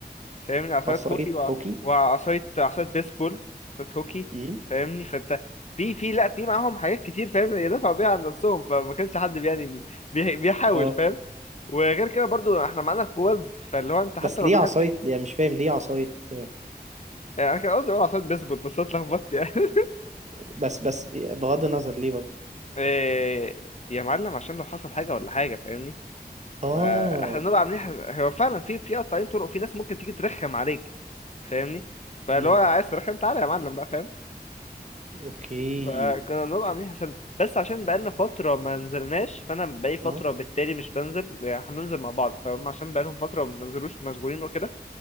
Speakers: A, on the left; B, on the right.
A: فاهمني عصاية
B: عصايه
A: هوكي وع-
B: هوكي
A: وعصاية عصاية بيسبول عصاية هوكي
B: امم
A: فاهمني فانت في في لا في معاهم حاجات كتير فاهم يدافعوا بيها عن نفسهم فما كانش حد بي- يعني بي- بي- بيحاول
B: اه
A: فاهم وغير كده برضو احنا معانا القوز فاللي هو انت حتى
B: بس
A: لو
B: ليه
A: دخلت
B: عصايه يعني مش فاهم ليه عصايه آه،
A: يعني انا كان قصدي اقول عصاية بيسبول بس أنا اتلخبطت يعني <laughs>
B: بس بس بغض النظر ليه برضه
A: إيه، يا معلم عشان لو حصل حاجة ولا حاجة فاهمني
B: اه
A: ما احنا بنبقى عاملين حس- هو فعلا في في قطاعين طرق في ناس ممكن تيجي ترخم عليك فاهمني فاللي
B: امم
A: هو عايز ترخم تعالى يا معلم بقى فاهم
B: اوكي
A: فكنا بنبقى عاملين حساب بس عشان بقالنا فترة ما نزلناش فأنا بقالي فترة
B: اه
A: بالتالي مش بنزل يعني احنا بننزل مع بعض فهم عشان بقالهم فترة ما بنزلوش مشغولين وكده